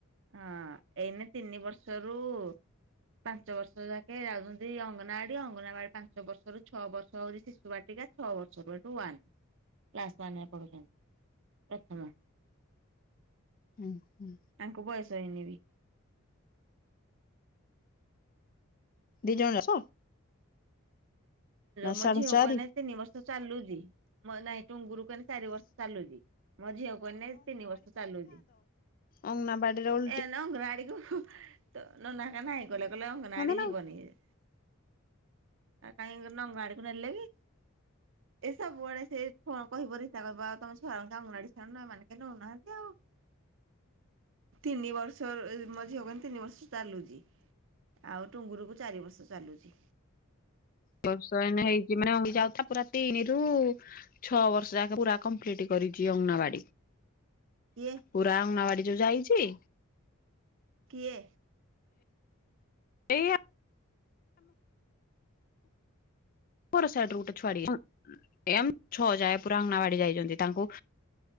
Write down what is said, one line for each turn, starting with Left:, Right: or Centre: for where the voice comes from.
Right: ହଁ ଏଇନେ ତିନି ବର୍ଷରୁ ପାଞ୍ଚ ବର୍ଷ ଯାକେ ଯାଉଛନ୍ତି ଅଙ୍ଗନବାଡି। ଅଙ୍ଗନାବାଡି ପାଞ୍ଚ ବର୍ଷରୁ ଛଅ ବର୍ଷ ହଉଛି ଶିଶୁବାଟିକା। ଛଅ ବର୍ଷ ପରଠୁ ଆଇଁଲୁ କ୍ଲାସ ୱାନ ରେ ପଢୁଛନ୍ତି। ପ୍ରଥମ।
Left: ହୁଁ ହୁଁ।
Right: ତାଙ୍କୁ ବୟସ ହେଇନି ବି।
Left: ଦି ଜଣ ଆସ।
Right: ମୋ
Left: ସାଢେ
Right: ଝିଅକୁ
Left: ଚାରି
Right: ଏଇନେ ତିନି ବର୍ଷ ଚାଲୁଛି। ମୋ ନାଇଁ ଟୁଙ୍ଗୁରୁ ଏଇନେ ଚାରି ବର୍ଷ ଚାଲୁଛି। ମୋ ଝିଅକୁ ହେଲେ ତିନି ବର୍ଷ ଚାଲୁଛି।
Left: ଅଙ୍ଗନାବାଡ଼ିରେ
Right: ଏ ନ ଅଙ୍ଗନାଆଡିକୁ ନ ନନା ଘରିକା ନାହିଁ କଲେ। କହିଲେ ଅଙ୍ଗନାଆଡି
Left: ଦେଇଥାନ୍ତେ ନା।
Right: ଯିବନି ଇଏ। ଆଉ କାହିଁ ଅଙ୍ଗନବାଗାଡିକୁ ନେଲେ କି? ଏ ସବୁବେଳେ ସେ ଫୋନ୍ କହିବ ରିତା କହିବ ତମ ଛୁଆ ମାନଙ୍କୁ ଅଙ୍ଗାନଆଡ଼ି ଛାଡୁନା ଏମାନେ କେହି ନଉନାହାନ୍ତି ଆଉ। ତିନି ବର୍ଷର ମୋ ଝିଅ କୁ ଏଇନେ ତିନି ବର୍ଷ ଚାଲୁଛି। ଆଉ ଟୁଙ୍ଗୁୁରୁକୁ ଚାରି ବର୍ଷ ଚାଲୁଚି।
Left: ବର୍ଷ ଏଇନା ହେଇଚି ମାନେ ଯାଉଥା ପୁରା ତିନି ରୁ ଛଅ ବର୍ଷ ଯାକ ପୁରା କମ୍ପ୍ଲିଟ କରିଚି ପୁରା ଅଙ୍ଗନାବାଡି।
Right: କିଏ?
Left: ପୁରା ଅଙ୍ଗନବାଡି ଯୋଉ ଯାଇଚି
Right: କିଏ?
Left: ଏଇ ଆମ ସେପେଟ ସାଇଟରୁ ଗୋଟେ ଛୁଆଡିଏ ଏଇ ଆମ ଛଅ ଯାଏ ପୁରା ଅଙ୍ଗାନାବାଡି ଯାଇଚନ୍ତି ତାଙ୍କୁ